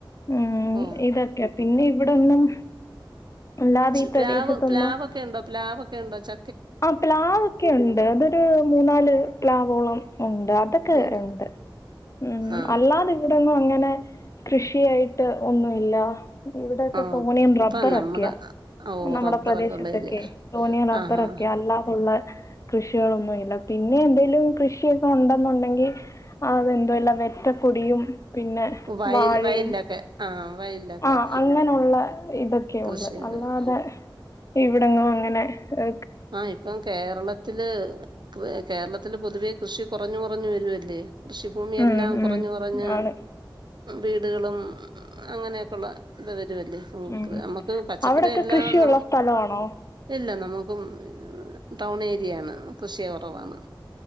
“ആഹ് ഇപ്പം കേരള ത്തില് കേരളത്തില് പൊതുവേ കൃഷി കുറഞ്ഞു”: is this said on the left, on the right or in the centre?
Right